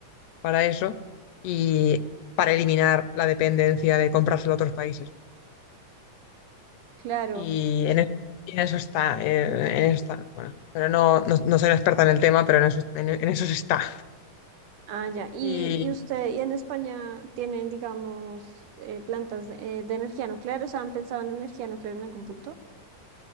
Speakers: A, on the left; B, on the right.
A: para eso y para eliminar la dependencia de comprárselo a otros países.
B: claro.
A: Y en, es- y en eso está, eh, en eso está, bueno, pero no, no, no soy una experta en el tema, pero en eso, en en eso se está.
B: Ah, ya. Y,
A: Y,
B: y usted, y en España tienen, digamos, eh, plantas eh, de energía nuclear, o sea, ¿han pensado en energía nuclear en algún punto?